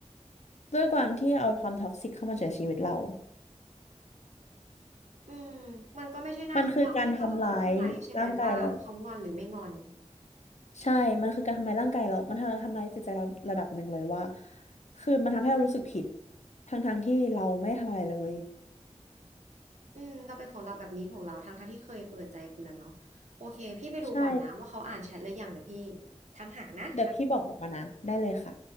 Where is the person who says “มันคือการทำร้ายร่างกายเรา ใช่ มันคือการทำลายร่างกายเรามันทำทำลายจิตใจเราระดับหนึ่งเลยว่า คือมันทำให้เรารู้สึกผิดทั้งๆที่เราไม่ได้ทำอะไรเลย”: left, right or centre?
Left